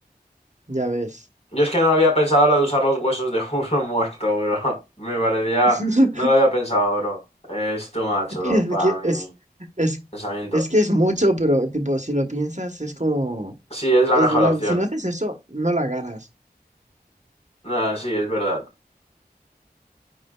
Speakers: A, on the right (about 45°); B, on the left (about 40°).
A: Ya ves.
B: Yo es que no había pensado la de usar los huesos de <laughs> uno muerto, bro. Me parecía...
A: <laughs>
B: No lo había pensado, bro. Es too much,
A: Es
B: bro, para
A: que
B: mi
A: es, es,
B: pensamiento.
A: es que es mucho, pero tipo, si lo piensas, es como,
B: Sí, es la
A: es
B: mejor
A: blan-
B: opción.
A: Si no haces eso, no la ganas.
B: No, sí, es verdad.